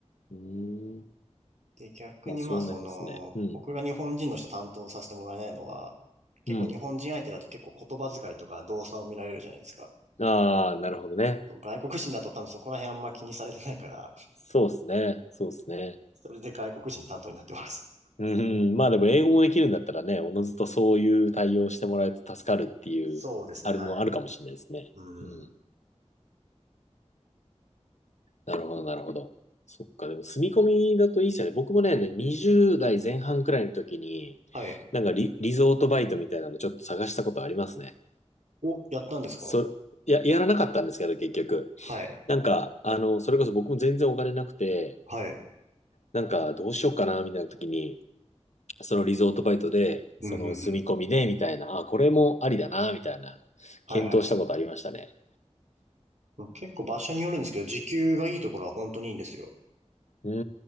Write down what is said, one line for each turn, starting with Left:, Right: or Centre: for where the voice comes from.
Left: うーん。
Right: で、逆にまあ、
Left: まあそうなりますね。
Right: その、
Left: うん。
Right: 僕が日本人の人担当させてもらえないのは、結構日本人相手だと結構言葉遣いとか動作を見られるじゃないですか。
Left: うん。ああ、なるほどね。
Right: 外国人だと多分そこら辺あんま気にされてないから、
Left: そうですね。そうですね。
Right: それで外国人担当になってます。
Left: うん。まあでも英語もできるんだったらね、おのずとそういう対応してもらえて助かるっていう、
Right: そうですね、
Left: あるの、
Right: はい。
Left: あるかもしれないですね。
Right: うん。
Left: うん。なるほど、なるほど。そっか、でも住み込みだといいっすよね。僕もね、20代前半くらいの時に、
Right: はい。
Left: なんかリ、リゾートバイトみたいなのちょっと探したことありますね。
Right: お、やったんですか
Left: そ、や、やらなかったんですけど、結局。
Right: はい。
Left: なんか、あの、それこそ僕も全然お金なくて、
Right: はい。
Left: なんかどうしようかな、みたいな時に、そのリゾートバイトで、
Right: うん、
Left: その住み込みで、
Right: うん、うん。
Left: みたいな、あ、これもありだな、みたいな、
Right: はい、
Left: 検討したことありましたね。
Right: はい、はい。もう結構場所によるんですけど、時給がいいところは本当にいいんですよ。
Left: うー